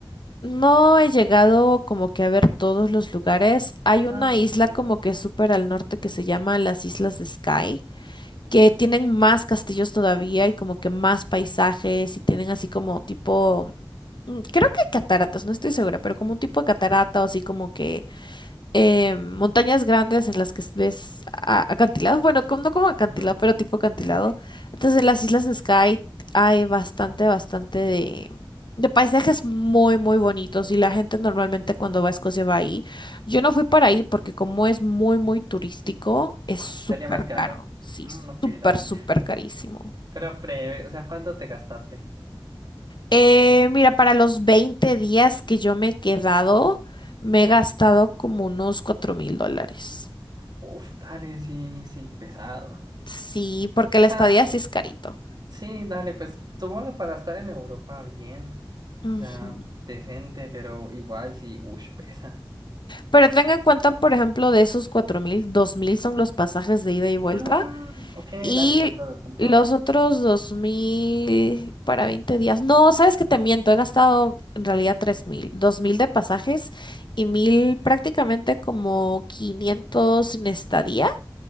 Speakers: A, on the left; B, on the right.
A: no he llegado como que a ver todos los lugares. Hay una
B: Ah, sí,
A: isla
B: obvio.
A: como que súper al norte que se llama las Islas de Skye, que tienen más castillos todavía y como que más paisajes y tienen así como tipo Mm, Creo que hay cataratas, no estoy segura, pero como un tipo de catarata o así como que eh, montañas grandes en las que ves a- acantilados, bueno, como- no como acantilado,
B: Ujú,
A: pero tipo acantilado.
B: Sí, sí, sí.
A: Entonces en las islas de Skye hay bastante, bastante de, de paisajes muy, muy bonitos y la gente normalmente cuando va a Escocia va ahí. Yo no fui para ahí porque como es muy, muy turístico, es súper
B: Salía más caro.
A: caro, sí,
B: Mm, ok,
A: súper,
B: dale.
A: súper carísimo.
B: Pero breve, o sea, ¿cuánto te gastaste?
A: Eh, mira, para los 20 días que yo me he quedado, me he gastado como unos cuatro mil dólares.
B: Uf, dale, sí, sí, pesado.
A: Sí, porque
B: O
A: la
B: sea,
A: estadía sí es carito.
B: sí, dale, pues supongo para estar en Europa bien.
A: Ujú.
B: O sea, decente, pero igual sí, uff, pesa.
A: Pero tenga en cuenta, por ejemplo, de esos cuatro mil, dos mil son los pasajes de ida y vuelta
B: Mm, ok,
A: y
B: dale, con todo, con todo.
A: los otros dos mil para 20 días. No, sabes que te miento, he gastado en realidad tres mil, dos mil de pasajes y mil prácticamente como 500 en estadía